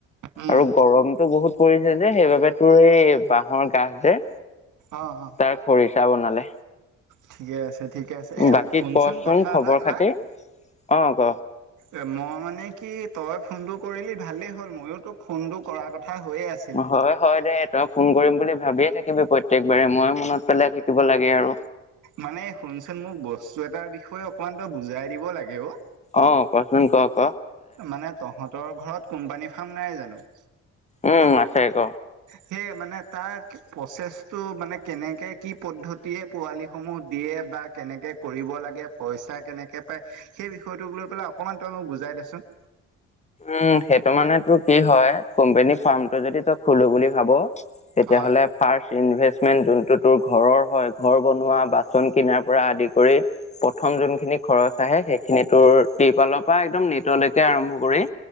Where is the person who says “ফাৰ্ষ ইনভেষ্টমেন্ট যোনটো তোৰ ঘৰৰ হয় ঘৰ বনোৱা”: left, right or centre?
Left